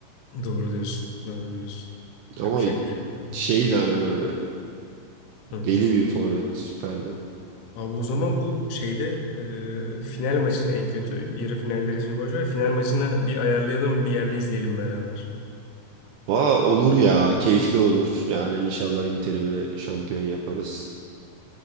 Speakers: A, on the left (about 90°); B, on the right (about 80°).
A: Doğru diyorsun. Doğru diyorsun.
B: Ama
A: Yapacak bir şey yok.
B: şeydi
A: abi.
B: hani böyle deli
A: Hı.
B: bir forvet süperdi.
A: Abi o zaman bu şeyde e, final maçına en kötü yarı finalleri için boş ver. Final maçına bir ayarlayalım bir yerde izleyelim beraber.
B: Valla olur ya, keyifli olur. Yani inşallah Inter'imi şampiyon yaparız.